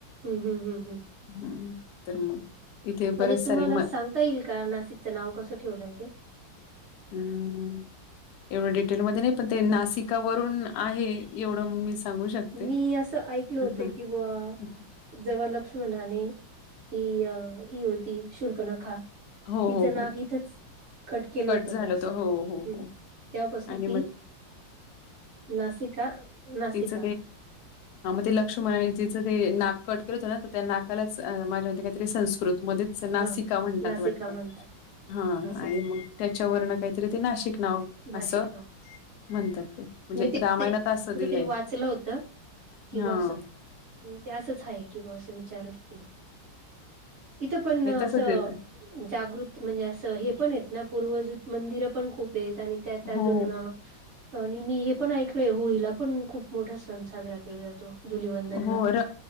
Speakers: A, on the right; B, on the left.
A: हम् हम हम् हम्म!
B: हम तर म इथे
A: म्हणजे
B: बरेच सारे
A: तुम्हाला सांगता येईल का नाशिकचं नाव कसं ठेवलंय ते?
B: हम्म एवढं डिटेलमध्येध्ये नाही पण ते नाशिकावरून आहे एवढं मी सांगू शकते.
A: मी असं ऐकल होतं
B: हं हं
A: की बुवा
B: हं.
A: जेव्हा लक्ष्मणाने ती अ ही होती शुर्खनखा
B: हो
A: तिचं
B: हो
A: नाक
B: हो
A: इथंच कट केलं होत
B: झालं
A: बुवा असं
B: तर हो हो
A: ह्
B: हो
A: त्यापासून
B: आणि
A: ती
B: मग
A: नाशिका नाशिक
B: हित ते लक्ष्मणाने तीच ते नाक कट केलं होतं ना त्या नाकालाच मला वाटतंय काय तरी संस्कृत मध्येच नासिका
A: हा
B: म्हणतात
A: नासिका
B: वाटत
A: म्हणतात
B: हा
A: असंच
B: आणि
A: आहे
B: मग त्याच्यावरन काहीतरी ते नाशिक नाव
A: नाशिक
B: असं
A: नाव
B: म्हणतात ते. म्हणजे
A: मी तरी
B: रामायणात
A: कुठ
B: असं दिलंय
A: तरी वाचलं होत किंवा
B: हा.
A: बवा असं. ते असंच आहे की बा असं विचारत तिने, इथं पण
B: नाही
A: असं
B: तसच येत
A: जागृत म्हणजे असं हे पण येत ना पूर्वजूत मंदिर पण खूप आहेत आणि त्यात अजून
B: हो
A: आणि मी हे पण ऐकलोय होळीला पण खूप मोठा सण साजरा केला जातो. धुलिवंदनला
B: हो र